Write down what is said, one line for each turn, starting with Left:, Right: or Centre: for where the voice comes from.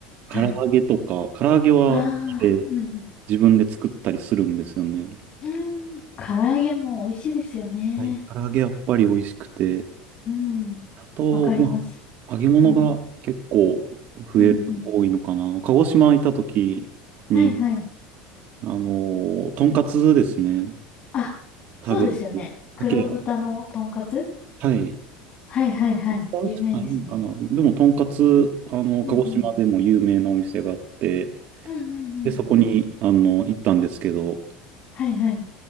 Left: はい。
Right: 唐揚げとか、唐揚げは好きで
Left: ああ、うん。
Right: 自分で作ったりするんですよね。
Left: うん。うん。唐揚げも美味しいですよね。
Right: はい。唐揚げやっぱり美味しくて、
Left: うん。
Right: あと、
Left: わかります。
Right: まあ、揚げ物が結構増える、
Left: うん。うんうん。
Right: 多いのかな。鹿児島行った時に、
Left: はいはい。
Right: あの、とんかつですね、
Left: あ、そうですよね。
Right: 食べて、
Left: 黒豚のとんかつ
Right: 鮭や、はい、
Left: はいはいはい。
Right: 確
Left: 有名ですね。
Right: かにいいんかな。でも、とんかつ、あの、
Left: うんうん。
Right: 鹿児島でも有名なお店があって、
Left: うんうんうん。
Right: で、そこに、あの、行ったんですけど、
Left: はいはい。